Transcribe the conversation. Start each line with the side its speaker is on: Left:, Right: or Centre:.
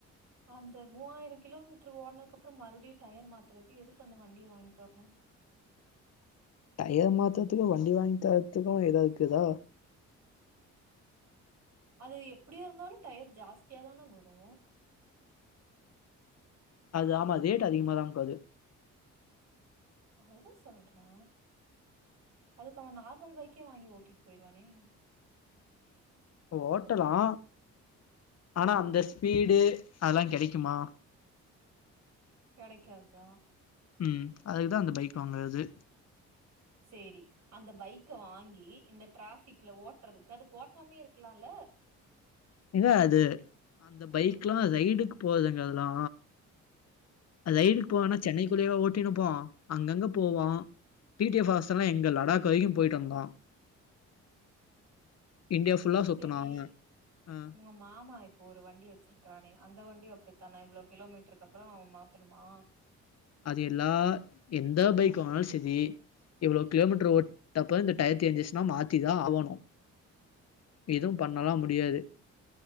Right: அந்த மூவாயிறோ கிலோமீட்டர் ஓட்னதுக்கு அப்பறோ மறுபடியு டயர் மாத்துறதுக்கு எதுக்கு அந்த வண்டிய வாங்கி தரணு
Left: டயர் மாத்துறதுக்கு வண்டி வாங்கி தரத்துக்கு ஏதா இருக்குதா
Right: அது எப்படியா இருந்தாலு டயர் ஜாஸ்தியா தானே வரு
Left: அது ஆமா ரேட் அதிகமா தா போது
Right: அததா சொல்றே அதுக்கு அவ நார்மல் பைக்கே வாங்கி ஓட்டிட்டு போயிருவானே
Left: ஓட்டலா ஆனா அந்த ஸ்பீடு அதெல்லா கிடைக்குமா
Right: கிடைக்கா தா
Left: ம் அதுக்குதா அந்த பைக் வாங்குனது
Right: சேரி அந்த பைக்க வாங்கி இந்த டிராபிக்ல ஓட்டுறதுக்கு அது ஓட்டாமேயே இருக்கலால
Left: இல்ல அது அந்த பைக் எல்லா ரைடுக்கு போதுங்கெல்லா லைனுக்கு போவேனா
Right: அது
Left: சென்னைக்குள்ளேய ஓட்டிருப்போ அங்கங்க போவோ டிடிஎ வாசன்
Right: ம்.
Left: எங்க லடாக் இப்போதைக்கு போயிட்டு வந்தோ இந்தியா ஃபுல்லா சுத்துனா
Right: சரி.
Left: அவ அ
Right: உங்க மாமா இப்போ ஒரு வண்டி வச்சிருக்கறானே அந்த வண்டி அப்டித்தானே இவ்ளோ கிலோமீட்டருக்கு அப்பறோ அவ மாத்தணுமா
Left: அது எல்லா எந்த பைக் வாங்குனாலு செரி இவ்ளோ கிலோமீட்டர் ஓட்டப்ப இந்த டயர் தேஞ்ச்சுன்சுனா மாத்திதா ஆகணு எதுவு பண்ணலா முடியாது